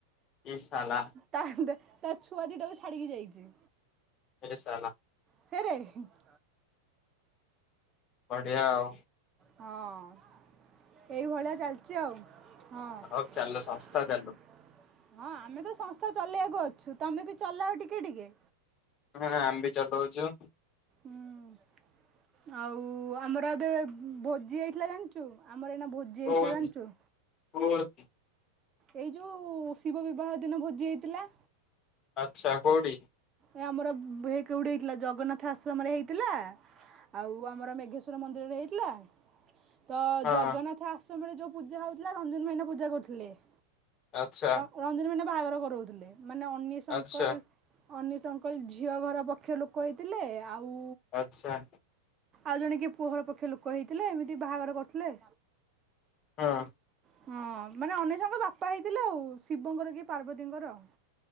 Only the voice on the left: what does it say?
ଇ ସାଲା
ହେ ସାଲା
ବଡ଼ିଆ ଆଉ।
ହଉ
ଚାଲୁ ସଂସ୍ଥା ଚାଲୁ
ହଁ ଆମେ ବି ଚଲଉଛୁ।
କୋଉଠି
<inaudible>
ଆଚ୍ଛା କୋଉଠି।
ହଁ
ଆଚ୍ଛା।
ଆଚ୍ଛା
ଆଚ୍ଛା।
ହଁ।